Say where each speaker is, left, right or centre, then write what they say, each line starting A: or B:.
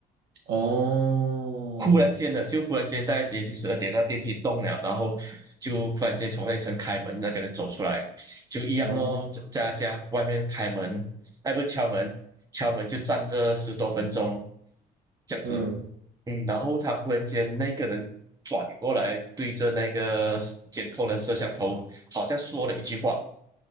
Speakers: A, on the right (about 75°); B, on the right (about 20°).
A: 哦，
B: 忽然间的，就忽然间大概连续十二点，那电梯动了，然后就忽然间从那层开门，
A: 嗯
B: 那个人走出来，就一样哦，
A: 哦
B: 在在他家外面开门，哎，不是敲门，敲门就站着十多分钟，这样子，
A: 嗯
B: 嗯，然后他忽然间那个人转过来，对着那个监控的摄像头，好像说了一句话，